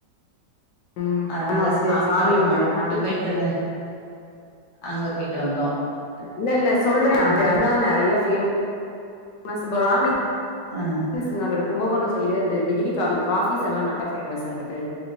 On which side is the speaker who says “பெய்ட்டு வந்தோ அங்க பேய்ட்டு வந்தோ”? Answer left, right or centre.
Left